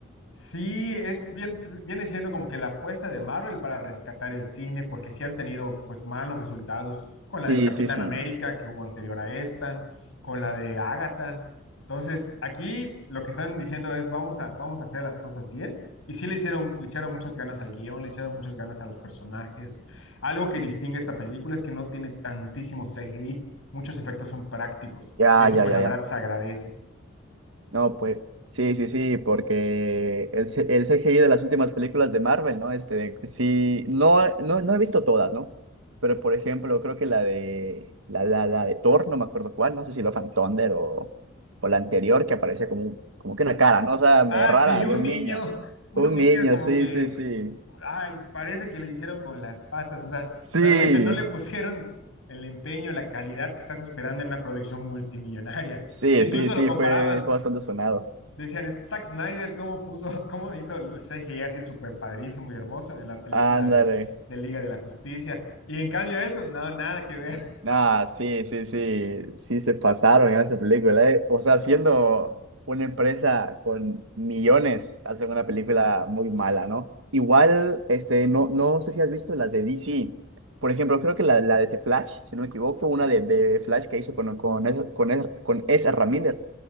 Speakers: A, on the left; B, on the right.
A: Sí, es bien, viene siendo como que la apuesta de Marvel para rescatar el cine, porque sí han tenido pues malos resultados con la
B: Sí,
A: del Capitán
B: sí, sí.
A: América que hubo anterior a esta, con la de Agatha. Entonces, aquí lo que están diciendo es vamos a, vamos a hacer las cosas bien. Y sí le hicieron, le echaron muchas ganas al guión, le echaron muchas ganas a los personajes. Algo que distingue esta película es que no tiene tantísimo CGI, muchos efectos son prácticos.
B: Ya,
A: Y eso
B: ya,
A: pues
B: ya,
A: la verdad
B: ya.
A: se agradece.
B: No, pues sí, sí, sí, porque el, C- el CGI de las últimas películas de Marvel, ¿no? Este, sí, no, eh, no, no he visto todas, ¿no? Pero por ejemplo, creo que la de la, la, la de Thor, no me acuerdo cuál, no sé si lo of Thunder o, o la anterior que aparece como, un- como que una cara, ¿no? O sea, medio
A: Ah,
B: rara,
A: sí, un
B: de un
A: niño
B: niño.
A: un
B: Un
A: niño
B: niño,
A: como
B: sí,
A: que
B: sí, sí.
A: ay, parece que le hicieron con las patas, o sea,
B: Sí,
A: realmente no le pusieron el empeño, la calidad que estás esperando en una producción multimillonaria.
B: sí,
A: <laughs> Incluso
B: sí, sí,
A: lo comparaban,
B: fue, fue bastante sonado.
A: decían, "Es Zack Snyder, ¿cómo puso, <laughs> cómo hizo el CGI así súper padrísimo y hermoso en la película
B: Ándale.
A: de, de Liga de la Justicia? Y en cambio esos, no, nada que ver.
B: Nah, sí, sí, sí, sí se pasaron en esa película, eh. O sea, siendo una empresa con millones, hacen una película muy mala, ¿no? Igual, este, no, no sé si has visto las de DC. Por ejemplo, creo que la, la de The Flash, si no me equivoco, una de, de Flash que hizo con, con, Ez- con, Ez- con Ezra Miller.